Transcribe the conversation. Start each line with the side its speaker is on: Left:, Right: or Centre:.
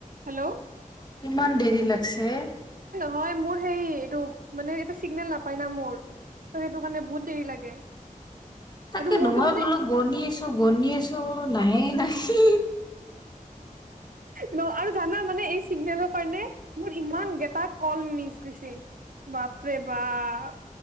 Right: Hello
Left: কিমান দেৰি লাগছে?
Right: হয় মোৰ সেই এইটো মানে এটা চিগনেল নাপায় না মোৰ। ত সেইটো কাৰণে বহুত দেৰি লাগে।
Left: তাকেতো
Right: আৰু মোৰতো
Left: মই
Right: মানে
Left: বোলো বনিছো। মই বনিয়ে। চ নাহেই নাহে।
Right: ন আৰু জানা মানে এই চিগনেলৰ কাৰণে মোৰ ইমান গেটা কল মিচ গৈছে বাপৰে বাপ।